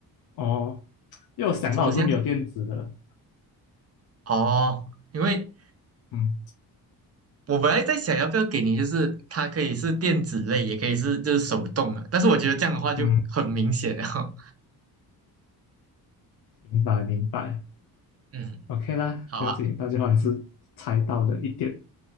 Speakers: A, on the left (about 65°); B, on the right (about 40°).
A: 哦，因为我想到我是没有电子的，
B: 什么东西啊？哦，因为
A: 嗯
B: 我本来在想要不要给你，就是它可以是电子类，也可以是就是手动的，但是我觉得这样的话就很明显了。
A: 嗯，
B: <laughs>
A: 明白明白
B: 嗯，
A: ，OK 啦，
B: 好啊，
A: 不用紧，到最后还是猜到了一点。